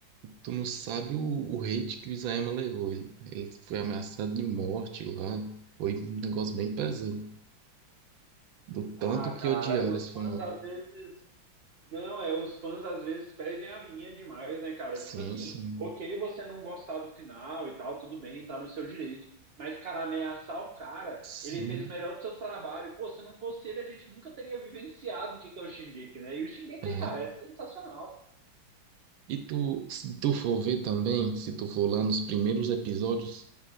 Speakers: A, on the right; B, on the right.
A: Tu não sabe o, o hate que o Isayama levou. Ele, ele foi ameaçado de morte lá. Foi um negócio bem pesado. Do tanto
B: Ah,
A: que
B: cara,
A: odiar
B: os
A: esse filme.
B: fãs às vezes Não, é, os fãs às vezes perdem a linha demais, né, cara?
A: Sim,
B: Tipo assim,
A: sim.
B: ok, você não gostar do final e tal, tudo bem, tá no seu direito. Mas, cara, ameaçar o cara,
A: Sim,
B: ele fez o melhor do seu trabalho. Pô, se não fosse ele, a gente nunca teria vivenciado o que que é o Shingeki, né? E o Shingeki,
A: é.
B: cara, é sensacional.
A: E tu, se tu for ver também, se tu for lá nos primeiros episódios,